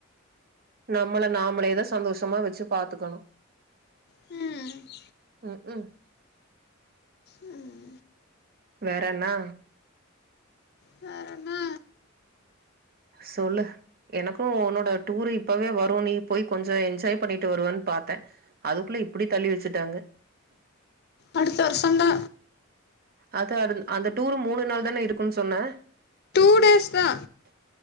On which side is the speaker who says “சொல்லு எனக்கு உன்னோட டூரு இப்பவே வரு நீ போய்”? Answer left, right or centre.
Right